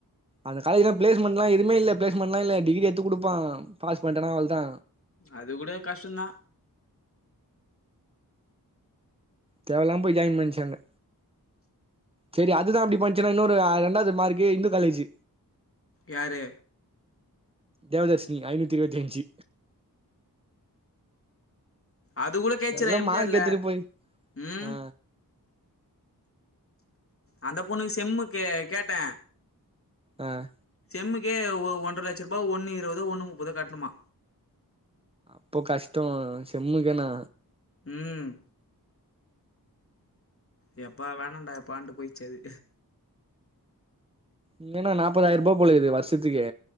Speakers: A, on the right (about 15°); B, on the left (about 35°).
A: அந்த காலேஜ்ல பிளேஸ்மெண்ட்லா எதுமே இல்ல பிளேஸ்மெண்ட்லா இல்ல டிகிரி எத்து குடுப்பா பாஸ் பட்டனா அவ்ளே தா
B: அது கூட கஷ்ட தா
A: தேவையில்லாமா போயி ஜாயின் பண்ணிச்சுங்க அங்க சேரி அது தா அப்டி பண்ணச்சுன்னா இன்னொன் அது ரெண்டாவது மார்க்கு இந்து காலேஜு
B: யாரு
A: தேவதர்சினி ஐநூத்தி இருபத்தி அஞ்சு
B: அது கூட கேச்சுறா
A: எல்லா
B: எம்
A: மார்க்
B: ஜி ஆர் ல
A: எடுத்துட்டு போய்
B: ம்
A: ஆ
B: அந்த பொண்ணுக்கு செம்முகு கேட்டே
A: ஆஹ்
B: செம்முக்கே ஒ ஒன்றார லட்ச ரூபா ஒன்னு இருபது ஒன்னு முப்பது கட்ணுமா
A: அப்போ கஷ்டே செம்முக்குனா
B: ம் யாப்பா வேணண்டா யாப்பாண்டு போயிச்சு அது
A: இங்கன்னா நாப்பதாயிர ரூபா போல இருக்குது வருஷத்துக்கு